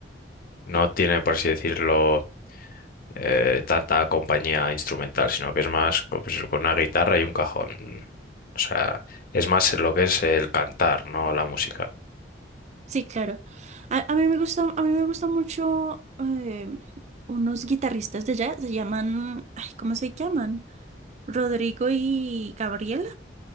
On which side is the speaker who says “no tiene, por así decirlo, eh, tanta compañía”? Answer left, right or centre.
Left